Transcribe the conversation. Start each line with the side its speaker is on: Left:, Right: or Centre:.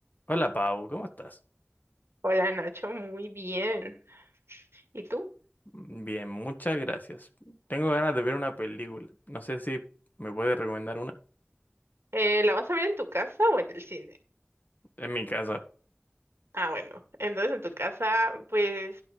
Left: Hola Pau, ¿cómo estás?
Right: Hola Nacho, muy bien. ¿Y tú?
Left: Bien, muchas gracias. Tengo ganas de ver una película. No sé si me puedes recomendar una.
Right: Eh, ¿la vas a ver en tu casa o en el cine?
Left: En mi casa,
Right: Ah, bueno. Entonces en tu casa, pues,